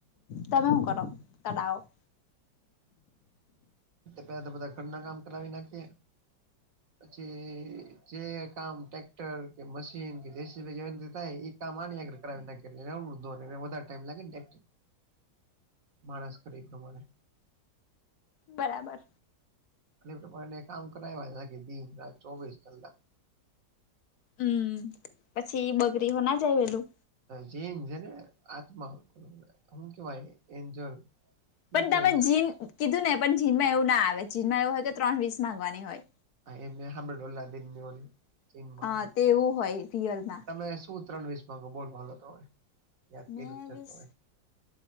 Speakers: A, on the left; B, on the right.
A: તમે હું કર કો <unintelligible>
B: પેલા તો બધા ઘરના કામ કરાવી નાખીએ જે જે કામ ટેક્ટર કે મશીન કે જેસીબી ભાઈનેતા <unintelligible> કામ આ આગળ કરાવી નાખો વધ ટાઇમ લાગે ને માણસ કરે એ પ્રમાણે
A: બરાબર.
B: ેપોને કામ કરાવ દ રા ચોવીસ કલાક
A: હમ પછી બગરી હો ના જાય વેલું?
B: જેન છે ને આત્મા હમ કેવાય એન્જલ <unintelligible> હું
A: પણ
B: કેવાય
A: તમે જીન કીધું ને પણ જીનમાં એવું ના આવે જીનમાં એવું હોય કે ત્રણ વીસ માંગવાની હોય
B: એમને હલ્દીન ચીનમાં
A: અ
B: આવે
A: તેવું હોય રિયલમાં
B: તમે શ <unintelligible> ત્રણ વીસ માં બોલ વાલોો તો યાદ
A: મેં
B: કર્યું છે
A: વીસ
B: તોમે <unintelligible>